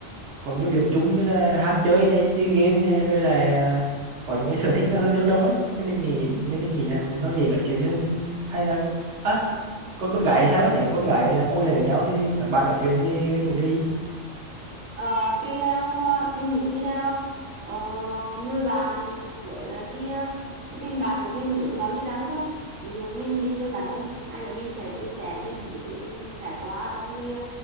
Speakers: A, on the right (about 60°); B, on the right (about 85°).
A: có nhiều điểm chung như là ham chơi này chơi game này rồi là à, có những cái sở thích nó hơi tương đồng ấy cho mình nghĩ nên mình nghĩ là nó dễ nói chuyện hơn hay là à, con con gái thì sao đó nếu mà con gái là ngồi lại với nhau thì các bạn nói chuyện về cái chủ đề gì
B: Ờ, tuy theo ờ, mình nghĩ tuy theo ờ, người bạn với là cái ờ, cái tình bạn của mình đối với họ như rắn thôi ví dụ mình đi chơi bản thân hai đứa mình sẽ chia sẻ về những cái thứ mình trải qua trong cái